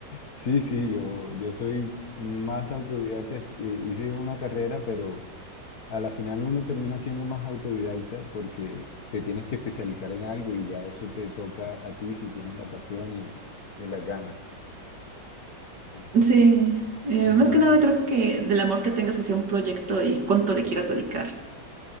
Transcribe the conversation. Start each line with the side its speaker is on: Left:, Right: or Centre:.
Left: Sí, sí, yo, yo soy más autodidacta, este, hice una carrera, pero a la final uno termina siendo más autodidacta porque te tienes que especializar en algo y ya eso te toca a ti si tienes la pasión y, y las ganas. Entonces,
Right: Sí, eh,
Left: normalmente,
Right: más que nada creo que del amor que tengas hacia un proyecto y cuánto le quieras dedicar.